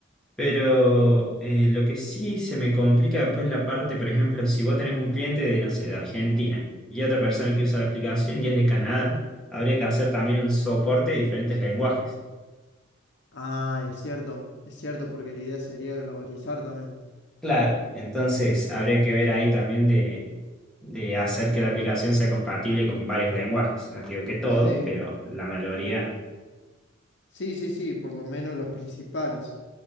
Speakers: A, in the centre; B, on the left.
A: Pero eh, lo que sí se me complica después la parte, por ejemplo, si vos tenés un cliente de, no sé, de Argentina y otra persona que usa la aplicación y es de Canadá, habría que hacer también un soporte de diferentes lenguajes.
B: Ah, es cierto, es cierto, porque la idea sería globalizar también.
A: Claro. Entonces, habría que ver ahí también de, de hacer que la aplicación sea compatible con varios lenguajes. No te digo que todos,
B: Sí,
A: pero la mayoría.
B: sí, sí, sí, por lo menos los principales.